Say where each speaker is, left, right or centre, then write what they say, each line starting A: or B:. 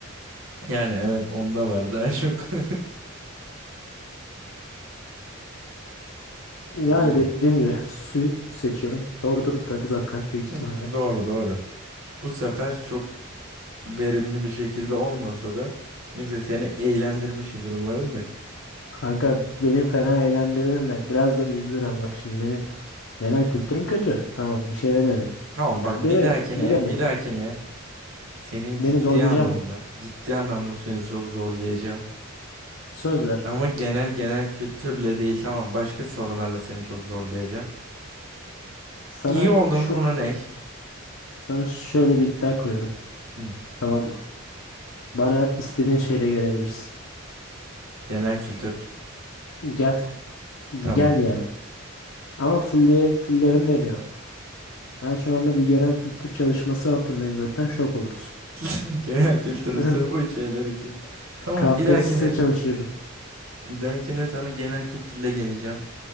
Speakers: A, on the right; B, on the left.
A: Yani evet onda var daha çok. <laughs>
B: Yani
A: Yani.
B: dediğim gibi suyu seçiyorum. Doğrudur tabii zaten büyük ihtimalle.
A: Hı, Doğru doğru. Bu sefer çok verimli bir şekilde olmasa da neyse seni eğlendirmişimdir umarım da.
B: Kanka beni fena eğlendirdin de biraz da üzdün ama bak şimdi benim genel kültürüm kötü. Tamam bir şey demedim.
A: Tamam
B: Yani
A: bak
B: bile,
A: bir dahakine
B: bilemedik.
A: bir dahakine seni
B: Beni
A: ciddi
B: zorlayacak
A: anlamda
B: mı?
A: ciddi anlamda seni çok zorlayacağım.
B: Söz ver.
A: Ama genel genel kültürle değil tamam başka sorularla seni çok zorlayacağım.
B: Sana
A: İyi olduğun
B: şu
A: konu ne?
B: sana şöyle bir iddia koyuyorum.
A: Hı,
B: Tamam mı? Bana istediğin şeyle gelebilirsin.
A: genel kültür.
B: Gel.
A: Tamam.
B: Gel yani. Ama full diye fullerim demiyorum. Ben şu anda bir genel kültür çalışması altındayım zaten şok olursun.
A: <laughs> Genel kültür
B: <laughs>
A: sırf bu şeyler için. Tamam
B: KPSS
A: bir dahakine
B: çalışıyorum.
A: bir dahakine sana genel kültürle geleceğim